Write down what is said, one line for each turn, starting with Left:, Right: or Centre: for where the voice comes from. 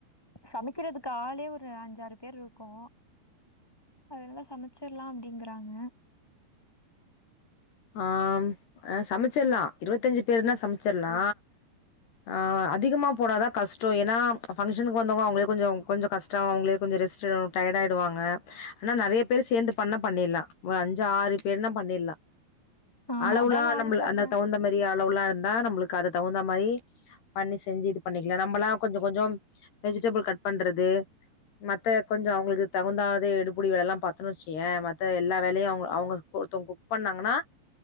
Centre: சமைக்கிறதுக்கு ஆளே ஒரு அஞ்சாறு பேரு இருக்கோ அதனால சமச்சிர்லா அப்டிங்கறாங்க
Left: ஆ சமச்சிர்லா இருபத்தஞ்சு பேருன்னா சமச்சிர்லா ஆ அதிகமா போனாதா கஷ்ட ஏன்னா ஃபங்க்ஷனுக்கு வந்தவங்க அவங்களே கொஞ்ச கொஞ்ச கஷ் ச அவங்களே கொஞ்ச ரெஸ்ட் எடுக்கன்னு டயர்டா ஆயிடுவாங்க ஆனா நறைய பேர் சேந்து பண்ணா பண்ணிலா ஒரு அஞ்சி ஆறு பேர்னா பண்ணிலா
Centre: ஆமா,
Left: அளவுலா
Centre: அதான் நானும்
Left: நம்மல
Centre: சொன்னேன்.
Left: அந்த தவுந்த மரி அளவுல்லா இருந்தா நம்ளுக்கு அத தவுந்த மரி பண்ணி செஞ்சி இது பண்ணிகலா நம்பலா கொஞ்ச கொஞ்ஜோ வெஜிடபிள் கட் பண்றது மத்த கொஞ்ச அவுங்ளுக்கு தகுந்த அதே எடுபுடி வேலல்லா பாத்தோணு வச்சிக்கய மத்த எல்லா வேலையு அவுங்க அவுங்க ஒருத்தவங் பண்ணாங்கனா